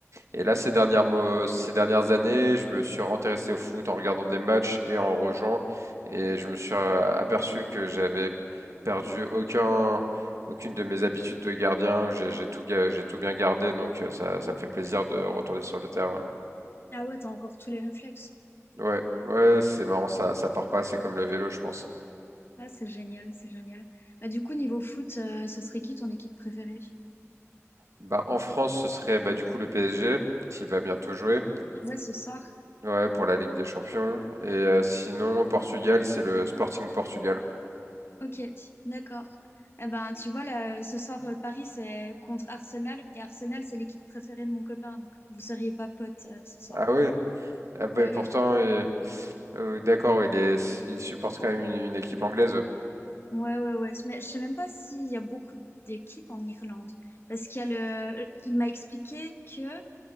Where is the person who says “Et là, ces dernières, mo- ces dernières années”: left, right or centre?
Right